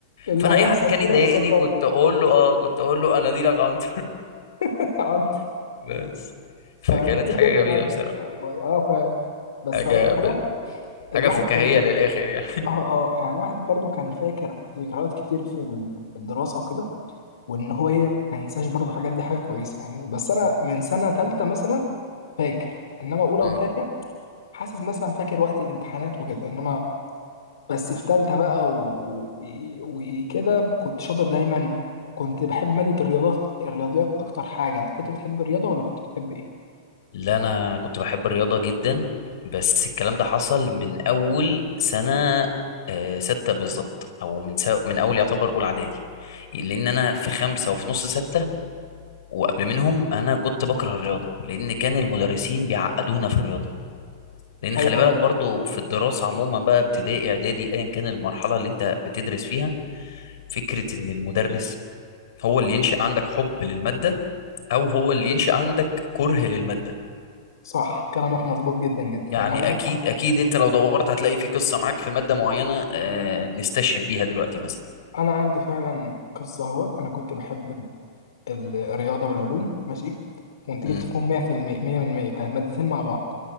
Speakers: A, on the left; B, on the left.
A: اللي
B: فانا
A: هيحصل
B: اي حد كان
A: حاجه
B: يضايقني
A: هيصدرها
B: كنت اقول له اه كنت اقول له انا دي لك عنتر
A: <laughs> عنده
B: <laughs> بس فكانت
A: فجميل
B: حاجه
A: جدا
B: جميله
A: على
B: بصراحه
A: فكره والله اه فعلا بس
B: حاجه
A: هقول لك
B: ب...
A: حاجه الواحد
B: حاجه فكاهيه
A: كان
B: للاخر
A: اه اه يعني الواحد برضو كان فاكر ذكريات كتير في ال- في الدراسه وكده وان هو ايه ما ينساش برضو الحاجات دي حاجه كويسه يعني بس انا من سنه ثالثه مثلا فاكر انما اولى
B: يعني
A: وثانيه حاسس مثلا فاكر وقت الامتحانات وكده انما بس في تالتة بقى و... و... وكده كنت شاطر دايما كنت بحب مادة الرياضات الرياضيات أكتر حاجة أنت كنت بتحب الرياضة ولا كنت بتحب إيه؟
B: لا انا كنت بحب الرياضه جدا بس الكلام ده حصل من اول سنه آه، ستة بالظبط او من سا... من اول يعتبر اولى اعدادي لان انا في خمسة وفي نص ستة وقبل منهم انا كنت بكره الرياضه لان كان المدرسين بيعقدونا في الرياضه لان
A: أيوه
B: خلي بالك
A: أيوه
B: برضو في الدراسه عموما بقى ابتدائي اعدادي ايا كان المرحله اللي انت بتدرس فيها فكره ان المدرس هو اللي ينشئ عندك حب للماده او هو اللي ينشئ عندك كره للماده
A: صح كلامك مظبوط جدا جدا
B: يعني
A: يعني هقول
B: اكيد
A: لك حاجة
B: اكيد انت لو دورت هتلاقي في قصه معاك في ماده معينه آه، نستشهد بيها دلوقتي مثلا
A: أنا عندي فعلا قصة أهوت أنا كنت بحب ال... ال- الرياضة والعلوم ماشي كنت
B: امم
A: جبت فيهم 100% 100% كانت مادتين مع بعض